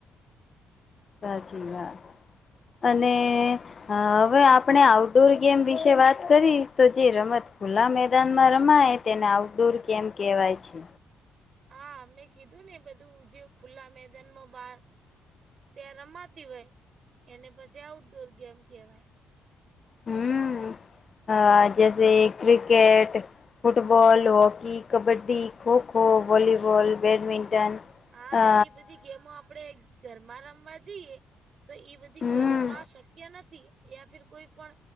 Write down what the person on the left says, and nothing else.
સાચી વાત અને હ હવે આપણે આઉટડોર ગેમ વિશે વાત કરીશ તો જે રમત ખુલ્લા મેદાનમાં રમાય તેને આઉટડોર ગેમ કહેવાય છે.
હમ હ જૈસે cricket. Football hockey kabaddi kho kho volleyball badminton.
અ
હમ